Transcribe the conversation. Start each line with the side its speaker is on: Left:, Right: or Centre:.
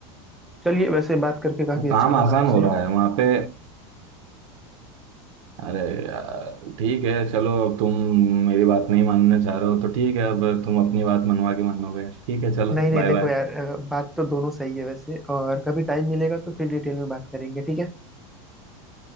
Centre: चलिए वैसे बात करके काफी
Right: वो काम
Centre: अच्छा लगा
Right: आसान
Centre: आपसे
Right: हो रहा है वहां पे अरे यार ठीक है चलो अब तुम मेरी बात नहीं मानना चाह रहे हो तो ठीक है अब तुम अपनी बात मनवा के मानोगे ठीक है चलो
Centre: नहीं नहीं
Right: बाय
Centre: देखो
Right: बाय
Centre: यार अ, बात तो दोनों सही है वैसे और कभी टाइम मिलेगा तो फिर डिटेल में बात करेंगे ठीक है